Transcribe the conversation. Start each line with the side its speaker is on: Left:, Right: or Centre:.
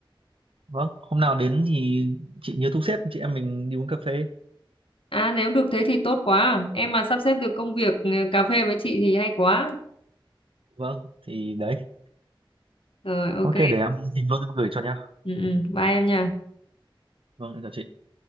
Right: vâng hôm nào đến thì chị nhớ thu xếp chị em mình đi uống cà phê
Left: à nếu được thế thì tốt quá em mà sắp xếp được công việc ờ, cà phê với chị thì hay quá
Right: vâng thì đấy
Left: rồi ok
Right: ok để em tìm luôn em gửi cho nhá
Left: ừ, ừ. bye em nha
Right: vâng em chào chị